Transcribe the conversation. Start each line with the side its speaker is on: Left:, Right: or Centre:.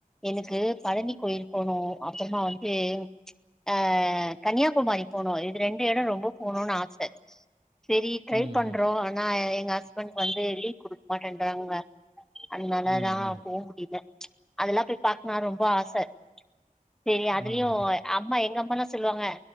Centre: எனக்கு பழனி கோயில் போணு அப்புறமா வந்து ஆ கன்னியாகுமாரி போனு இது ரெண்டு எடோ ரொம்ப போணுன்னு ஆச செரி ட்ரைப்
Right: ம்
Centre: பண்றோ
Right: ம்
Centre: ஆனா எங்க ஹஸ் பண் வந்து லீவு குடுக்க மாட்டேன்றாங்க அதனால
Right: ம்
Centre: தா போ முடியல அதெல்லா போய் பாக்கனா ரொம்ப ஆசை சரி அதுலயு
Right: ம்
Centre: அம்மா எங்க அம்மால்லா சொல்லுவாங்க